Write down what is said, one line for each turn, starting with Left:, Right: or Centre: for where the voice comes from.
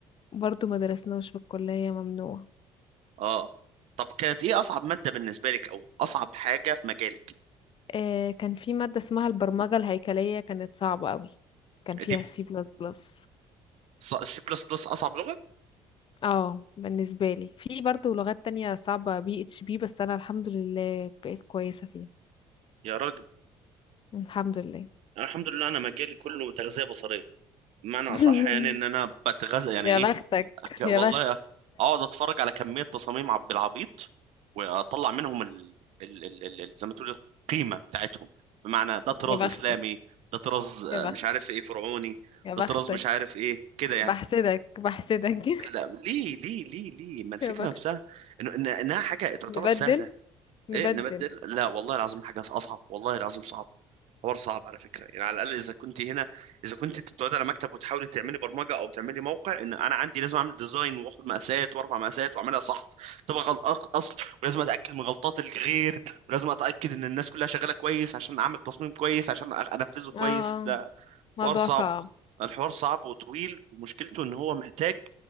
Left: برضو ما درسناهوش في الكلية ممنوع
Right: اه طب كانت ايه اصعب ماده بالنسبه لك او اصعب حاجه في مجالك
Left: آه كان في مادة اسمها البرمجة الهيكلية كانت صعبة قوي كان فيها
Right: دي
Left: سي بلس بلس
Right: السي بلس بلس اصعب لغه
Left: اه بالنسبة لي في برضو لغات تانية صعبة بي اتش بي بس انا الحمد لله بقيت كويسة فيها
Right: يا راجل
Left: الحمد لله
Right: انا الحمد لله انا مجالي كله تغذيه بصريه بمعنى
Left: <laughs>
Right: اصح يعني ان انا بتغذى يعني
Left: يا
Right: ايه
Left: بختك
Right: أك... والله
Left: يا بختك
Right: اقعد اتفرج على كميه تصاميم عب العبيط واطلع منهم ال... ال... ال... ال... ال- زي ما تقول القيمه بتاعتهم بمعنى ده طراز
Left: يا بختك
Right: اسلامي ده طراز آه،
Left: يا بختك
Right: مش عارف ايه فرعوني
Left: يا بختك
Right: ده طراز مش عارف ايه كده يعني
Left: بحسدك بحسدك <laughs>
Right: لا ليه ليه ليه ليه ما الفكره
Left: يا بخت
Right: نفسها إنه- إن... انها حاجه تعتبر
Left: نبدل
Right: سهله
Left: نبدل
Right: ايه نبدل لا والله العظيم حاجه اصعب والله العظيم صعب حوار صعب على فكره يعني على الاقل اذا كنت هنا اذا كنت انت بتقعد على مكتب وتحاولي تعملي برمجه او تعملي موقع ان انا عندي لازم اعمل ديزاين واخد مقاسات واربع مقاسات واعملها صح طبقا غل- اصل ولازم اتاكد من غلطات الغير ولازم اتاكد ان الناس كلها شغاله كويس عشان اعمل تصميم كويس عشان أ- انفذه كويس
Left: اه
Right: لا
Left: موضوع
Right: حوار صعب
Left: صعب
Right: الحوار صعب وطويل ومشكلته ان هو محتاج